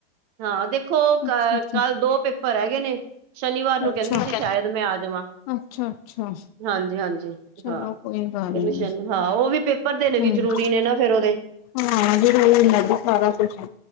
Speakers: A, on the right; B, on the left.
A: ਹਾਂ ਦੇਖੋ ਕੱਲ
B: ਅੱਛਾ ਅੱਛਾ
A: ਕੱਲ ਦੋ ਪੇਪਰ ਹੈਗੇ ਨੇ। ਸ਼ਨੀਵਾਰ ਨੂੰ
B: ਅੱਛਾ
A: ਕਹਿੰਦੀ ਸੀ ਸ਼ਾਇਦ ਮੈਂ ਆ ਜਾਵਾਂ।
B: ਅੱਛਾ ਅੱਛਾ
A: ਹਾਂਜੀ ਹਾਂਜੀ
B: ਚਲੋ
A: ਹਾਂ
B: ਕੋਈ ਗੱਲ
A: ਕਹਿੰਦੀ
B: ਨੀ
A: ਸ਼ਨੀਵਾਰ ਹਾਂ ਉਹ ਵੀ ਪੇਪਰ ਦੇਣੇ ਵੀ
B: ਹਮ
A: ਜ਼ਰੂਰੀ ਨੇ ਨਾ ਫੇਰ ਉਹਦੇ।
B: ਹਾਂ ਫੇਰ ਉਹੀਂ ਮੈਂ ਵੀ ਸਾਰਿਆਂ 'ਚ।